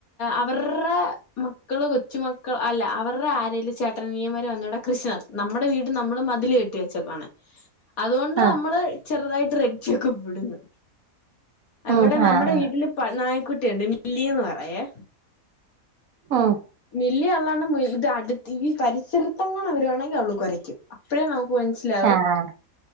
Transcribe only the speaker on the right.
ആഹ്
ഉം
ആഹ്
ആഹ്
ആഹ്